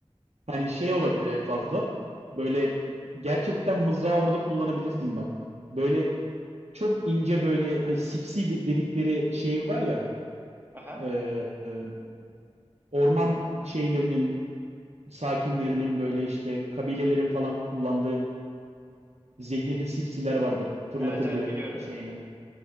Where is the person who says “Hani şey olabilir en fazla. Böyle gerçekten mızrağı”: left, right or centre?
Right